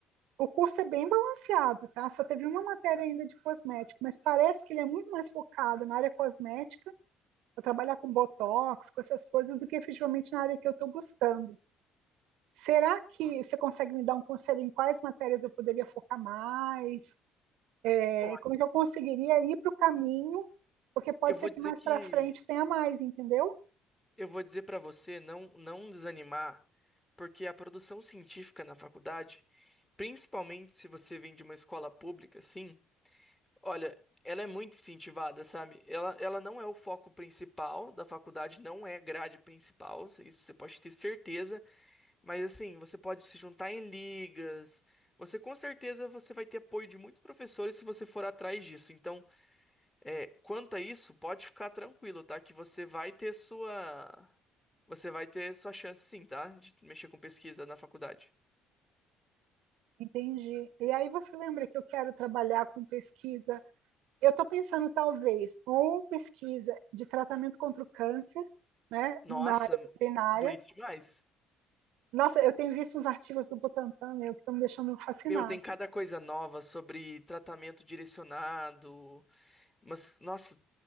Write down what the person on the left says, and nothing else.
Ó,
eu vou
dizer
que
eu vou dizer pra você não não desanimar, porque a produção científica na faculdade, principalmente se você vem de uma escola pública, sim, olha, ela é muito incentivada, sabe? Ela ela não é o foco principal da faculdade, não é grade principal, isso você pode ter certeza. Mas assim, você pode se juntar em ligas. Você com certeza você vai ter apoio de muitos professores se você for atrás disso. Então, é, quanto a isso, pode ficar tranquilo, tá? Que você vai ter sua você vai ter sua chance sim, tá? De mexer com pesquisa na faculdade.
Nossa,
bonito demais.
Meu, tem cada coisa nova sobre tratamento direcionado. Mas, nossa,